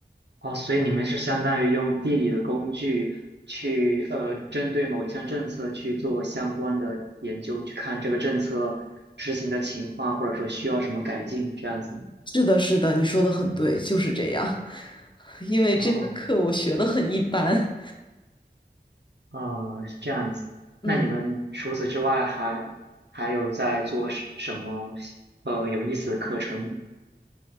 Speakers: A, on the right; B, on the left.
A: 哦，所以你们是相当于用地理的工具去呃，针对某一项政策去做相关的研究，去看这个政策执行的情况，或者说需要什么改进，这样子吗。
B: 是的，是的，你说的很对，就是这样。<laughs> 因为这门课我学的很一般。
A: 哦，呃，是这样子。
B: <laughs> 嗯。
A: 那你们除此之外还还有在做什什么呃有意思的课程吗